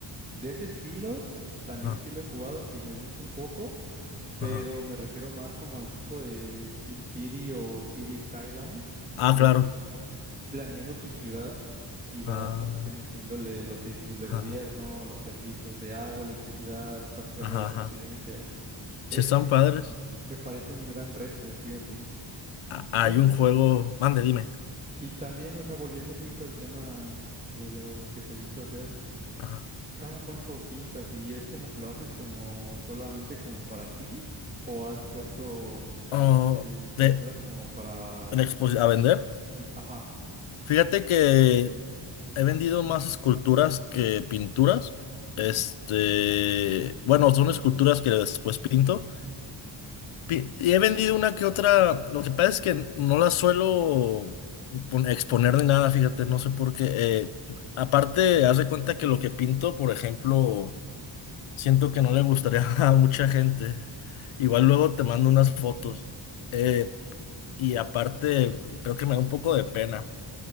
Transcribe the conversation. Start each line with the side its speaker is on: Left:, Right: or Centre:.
Right: De ese estilo, también
Left: Ah,
Right: sí lo he jugado y me gusta un poco, pero
Left: ajá.
Right: me refiero más como al tipo de SimCity o City Skylines,
Left: Ah,
Right: que
Left: claro.
Right: estás planeando tu ciudad y vas
Left: Ah,
Right: como que metiéndole los edificios de
Left: ajá,
Right: gobierno, los servicios de agua, electricidad, vas creando
Left: ajá,
Right: las
Left: ajá.
Right: residencias. Es,
Left: Sí están padres.
Right: me parece un gran reto, fíjate.
Left: Ah, hay
Right: Oye,
Left: un juego, mande, dime.
Right: y también, o sea, volviendo un poquito al tema de lo que te gusta hacer,
Left: Ajá.
Right: ¿cada cuánto pintas? ¿Y es como que lo haces como solamente como para ti? ¿O has puesto
Left: Oh,
Right: eh, pinturas
Left: de,
Right: como para...
Left: en expo- a vender.
Right: tu- Ajá.
Left: Fíjate que he vendido más esculturas que pinturas. Este,
Right: ujú,
Left: bueno, son esculturas que después pinto. Pi- Y he vendido una que otra. Lo que pasa es que no las suelo pon- exponer ni nada, fíjate, no sé por qué. Eh, aparte, haz de cuenta que lo que pinto, por ejemplo, siento que no le gustaría <laughs> a mucha gente. Igual luego te mando unas fotos. Eh, y aparte, creo que me da un poco de pena.